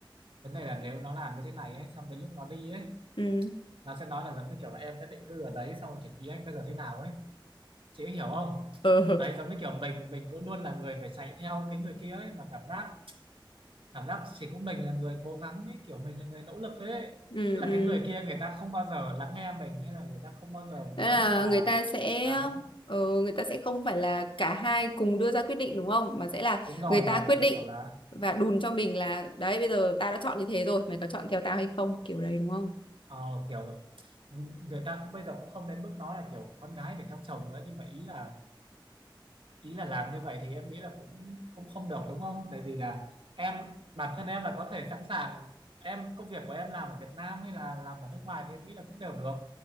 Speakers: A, on the right; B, on the left.
A: vấn đề là nếu nó làm như thế này ấy xong đến lúc nó đi ấy
B: ừ
A: nó sẽ nói là giống như kiểu là em sẽ định cư ở đấy xong rồi kiểu ý anh bây giờ thế nào ấy chị hiểu không
B: ừ
A: đấy giống như kiểu mình mình cứ luôn là người phải chạy theo cái người kia ấy mà cảm giác cảm giác chỉ có mình là người cố gắng ấy kiểu mình là người nỗ lực thế ấy.
B: ừ
A: tức là
B: ừ
A: cái người kia người ta không bao giờ lắng nghe mình hay là người ta không bao giờ muốn
B: Đó là
A: là
B: người ta sẽ
A: cả
B: ờ, người ta sẽ không phải là cả hai cùng đưa ra quyết định đúng không? Mà sẽ là
A: đúng rồi
B: người ta
A: mà
B: quyết
A: giống
B: định
A: kiểu là
B: và đùn cho mình là đấy bây giờ tao đã chọn như thế rồi, mày có chọn theo tao hay không? Kiểu đấy đúng không?
A: ờ, kiểu người ta cũng bây giờ cũng không đến mức nói là kiểu con gái phải theo chồng nữa nhưng mà ý là ý là làm như vậy thì em nghĩ là cũng cũng không được đúng không? Tại vì là em bản thân em là có thể sẵn sàng em công việc của em làm ở Việt Nam hay là làm ở nước ngoài thì em nghĩ là cũng đều được.